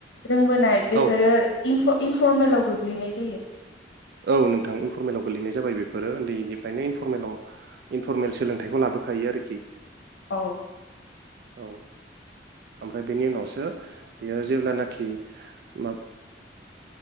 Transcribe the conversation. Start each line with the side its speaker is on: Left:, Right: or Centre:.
Left: रोंबोनाय बेफोरो
Right: औ
Left: इनफरमेलाव गोग्लैनाय जायो।
Right: औ नोंथां इनफरमेलाव गोलैनाय जाबाय बेफोरो उन्दैनिफ्रायनोनफरमेलाव इनफरमेल सोलोंथाइखौ लाबोखायो आरोखि।
Left: औ।
Right: औ ओमफ्राय बेनि उनावसो बियो जेब्लानाखि मा